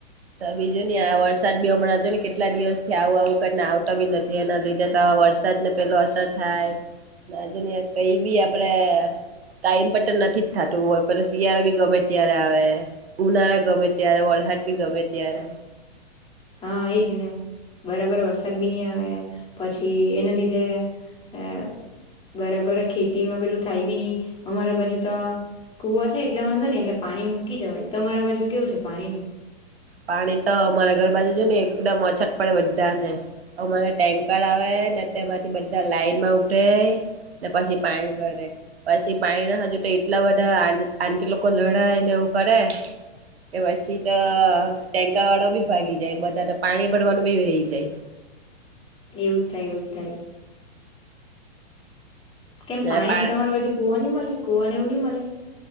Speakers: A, on the right; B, on the left.
A: બીજું ને આ વરસાદ બે હમણા હતો ને કેટલા દિવસ થી આવું આવું કરીને આવતા બી નથી એના લીધે તો. વરસાદને પેલો અસર થાયજુ કઈ બી આપડે. ટાઈમ પર તો નથી જ થતું હોય પણ શિયાળો બી ગમે ત્યારે આવે ઉનાળા ગમે ત્યારે વળ. ર બી ગમે ત્યારે.
B: હા એજને બરાબર વરષ. ચટબીની આવે પછી એને લીધે આ. બરાબર ખેતીમાં પેલું થાય બી નહીં અમારા બાજુ તો. કુવા છે એટલે વાંધો નને એટલે પાણી મૂકી જવાય તમારા બાજુ કેવું છે પાણી ન.
A: પાણી તો અમારા ઘર બાાજુ જો ને એકદમ અછત પડે બધા ને. અમારો ટેન્કર આવે ને તેમાંથી બધા લાઈન માં ઉપડ. ને પછી પાણી ભરે પછી પાણી ના હજુ તો એટલા બધા આ કે લોકો લડાય ને એ. ું કરે એ પછી તો. ટેન્કર વાળો બી ભાગી જાય બધા તો પાણી ભરવાનું બી રહી જાય.
B: એવું થાય એવું થાય. કેમ પાણી
A: ને પા
B: તમારું હજુ કુવા નં મળે કુવાને એવું નહી મળે.